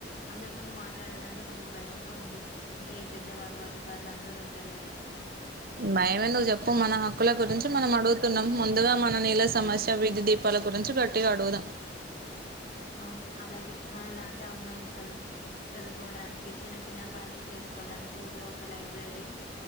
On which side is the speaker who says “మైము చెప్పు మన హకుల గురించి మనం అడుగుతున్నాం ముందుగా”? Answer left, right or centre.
Right